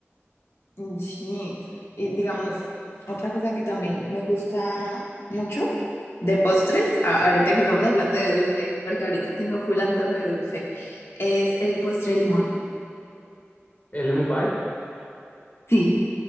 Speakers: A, on the left; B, on the left.
A: Mm, Sí, y digamos, otra cosa que también me gusta mucho de postres, a- ahorita que estamos hablando de dulce, porque ahorita tengo full antojo de dulce, es el postre de limón.
B: ¿El lemon pie?
A: Sí.